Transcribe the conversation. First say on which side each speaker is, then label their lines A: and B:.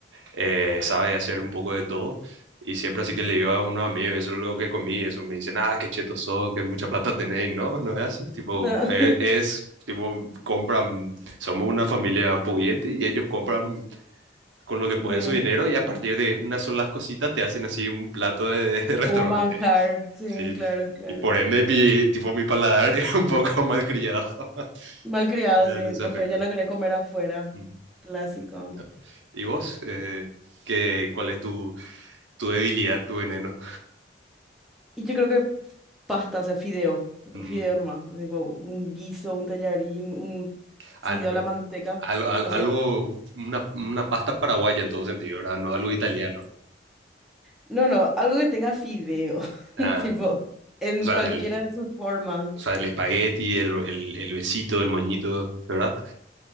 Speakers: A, on the right (about 80°); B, in the centre.
A: eh, sabe hacer un poco de todo. Y siempre así
B: Ujú.
A: que le digo a unos amigos, eso es lo que comí, eso me dicen, ah, qué cheto sos, que mucha plata tenéis, ¿no? No es así, tipo,
B: No,
A: e- es,
B: <laughs>
A: tipo, compran, somos una familia pudiente y ellos compran con lo que pueden
B: sí.
A: su dinero y a partir de unas solas cositas te hacen así un plato de, <laughs> de restaurante,
B: Un bancar, sí,
A: sí.
B: claro, claro.
A: Y por ende, mi, tipo, mi paladar <laughs> es un poco malcriado
B: Malcriado,
A: <laughs> en
B: sí.
A: ese
B: Después
A: aspecto.
B: ya no quería comer afuera.
A: Mm,
B: Clásico.
A: no. ¿Y vos? Eh, ¿qué, cuál es tu, tu debilidad, tu veneno?
B: Y yo creo que pasta, o sea, fideo.
A: Mm.
B: Fideo nomás. Tipo, un guiso, un tallarín, un
A: Ah,
B: fideo
A: no, pero
B: a la manteca.
A: al- al-
B: O
A: algo,
B: sea,
A: una, una pasta paraguaya en todo sentido, ¿verdad? No algo italiano.
B: no, no, algo que tenga fideo.
A: Ah,
B: <laughs> Tipo, en
A: o sea,
B: cualquiera
A: el,
B: de sus formas.
A: o sea, el espagueti, el, el, el besito, el moñito, ¿verdad?